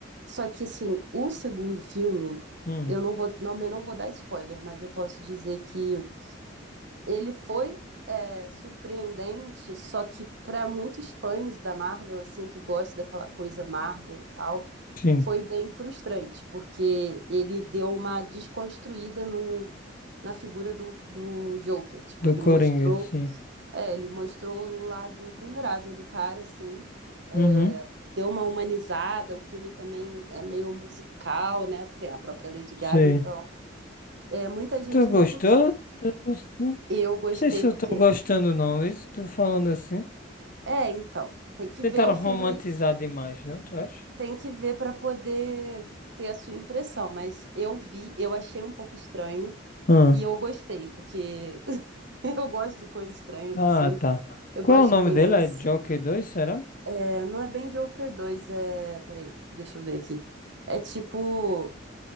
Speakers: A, on the right; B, on the left.
A: Só que, assim, o segundo filme,
B: hum,
A: eu não vou, não, não vou dar spoiler, mas eu posso dizer que Ele foi é, surpreendente, só que para muitos fãs da Marvel, assim, que gostam daquela coisa Marvel e tal,
B: sim.
A: foi bem frustrante, porque ele deu uma desconstruída no, na figura do, do Joker. Tipo,
B: Do
A: ele
B: Coringa,
A: mostrou,
B: sim.
A: é, ele mostrou um lado vulnerável do cara, assim, é,
B: Uhum,
A: deu uma humanizada. O filme também é meio musical, né? Tem a própria Lady Gaga,
B: sei.
A: então é, muita gente
B: Tu gostou?
A: não curtiu.
B: Eu Não não
A: Eu gostei
B: sei se
A: porque
B: eu tô gostando, não. Isso, tô falando assim.
A: É, então, tem que
B: Tentaram
A: ver o filme,
B: romantizar demais, não, tu acha?
A: tem que ver para poder ter a sua impressão, mas eu vi, eu achei um pouco estranho
B: Hum.
A: e eu gostei, porque <laughs> eu gosto de coisas estranhas
B: Ah,
A: assim.
B: tá.
A: Eu
B: Qual
A: gosto
B: é o nome
A: de coisas,
B: dele? É Joker 2, será?
A: é, não é bem Joker 2, é, peraí, deixa eu ver aqui. É tipo,